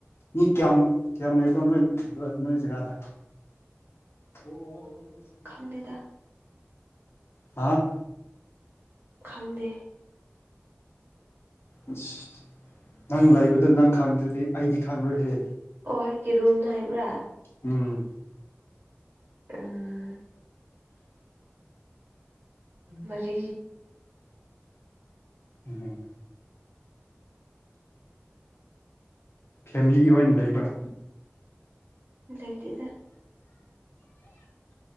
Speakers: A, on the left (about 65°); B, on the right (about 55°).
A: ꯃꯤ ꯀꯌꯥꯝ ꯀꯌꯥꯝ ꯂꯩꯕꯅꯣ ꯅꯣꯏ ꯅꯣꯏ ꯖꯒꯥꯗ ꯍꯨꯡ
B: ꯈꯪꯗꯦꯗ
A: ꯍꯥ
B: ꯈꯪꯗꯦ
A: ꯑꯁ ꯅꯪ ꯂꯩꯕꯗꯨ ꯅꯪ ꯈꯪꯗ꯭ꯔꯗꯤ ꯑꯩꯗꯤ ꯈꯪꯔꯣꯏꯍꯦ
B: ꯑꯣ ꯑꯩꯒꯤ ꯔꯨꯝꯗ ꯍꯥꯏꯕ꯭ꯔꯥ
A: ꯎꯝ
B: ꯎꯝ ꯃꯔꯤ
A: ꯎꯝ ꯐꯦꯃꯤꯂꯤꯒꯤ ꯑꯣꯏꯅ ꯂꯩꯕ꯭ꯔꯥ
B: ꯂꯩꯇꯦꯗ